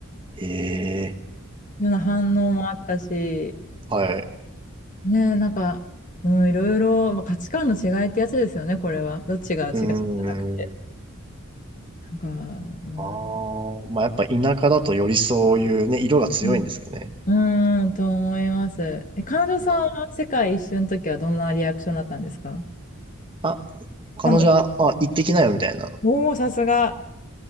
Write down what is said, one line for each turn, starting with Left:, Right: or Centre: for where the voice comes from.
Right: ええ。
Left: ような反応もあったし、
Right: はい。
Left: ねえ、なんか、うん、いろいろ、まあ価値観の違いってやつですよね、これは。どっちが違うじゃなくて。
Right: うーん。
Left: なんか、まあ、
Right: ああ、まあやっぱ田舎だとよりそういうね、色が強いんですかね。
Left: うん、うーん、と思います。え、彼女さんは世界一周の時はどんなリアクションだったんですか
Right: はいあ、彼女は、
Left: 彼女。
Right: あ、行ってきなよみたいな。
Left: おお、さすが。